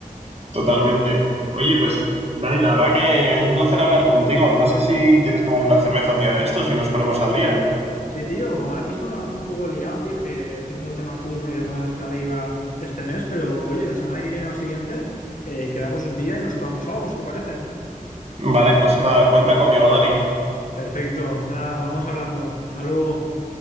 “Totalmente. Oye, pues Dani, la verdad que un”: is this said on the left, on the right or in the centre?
Right